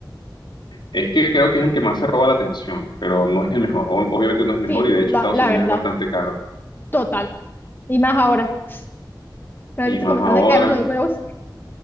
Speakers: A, on the left; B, on the left.
A: Es que creo que es el que más se roba la atención, pero no es el mejor. O- Obviamente no es el mejor
B: Sí,
A: y de hecho
B: la,
A: Estados
B: la
A: Unidos
B: verdad,
A: es bastante caro.
B: total. Y más ahora. ¿No
A: Y
B: has visto
A: más
B: cómo están
A: ahora,
B: de caros los huevos?